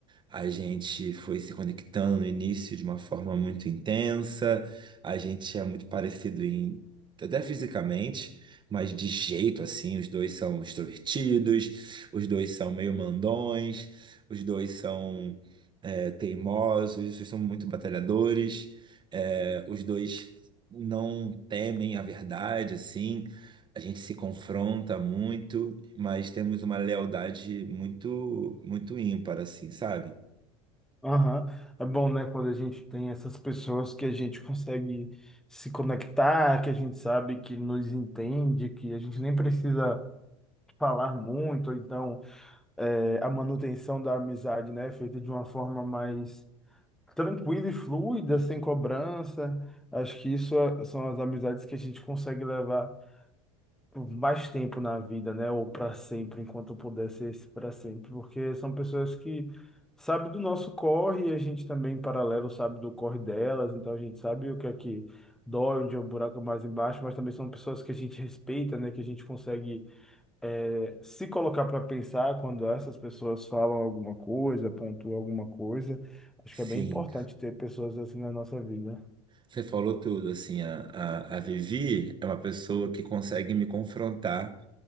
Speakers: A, on the right; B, in the centre.
A: A gente foi se conectando no início de uma forma muito intensa. A gente é muito parecido em, até fisicamente, mas de jeito assim, os dois são extrovertidos, os dois são meio mandões, os dois são é, teimosos, os dois são muito batalhadores, é, os dois não temem a verdade, assim. A gente se confronta muito, mas temos uma lealdade muito, muito ímpar, assim, sabe?
B: Aham. É bom, né, quando a gente tem essas pessoas que a gente consegue se conectar, que a gente sabe que nos entende, que a gente nem precisa falar muito, ou então é, a manutenção da amizade, né, feita de uma forma mais tranquila e fluida, sem cobrança. Acho que isso é- são as amizades que a gente consegue levar por mais tempo na vida, né, ou para sempre, enquanto puder ser esse para sempre, porque são pessoas que sabem do nosso corre e a gente também, em paralelo, sabe do corre delas, então a gente sabe o que é que dói, onde é o buraco mais embaixo, mas também são pessoas que a gente respeita, né, que a gente consegue é, se colocar para pensar quando essas pessoas falam alguma coisa, pontuam alguma coisa, acho
A: Sim,
B: que é bem importante ter pessoas assim na nossa vida.
A: você falou tudo, assim, a, a, a Vivi é uma pessoa que consegue me confrontar,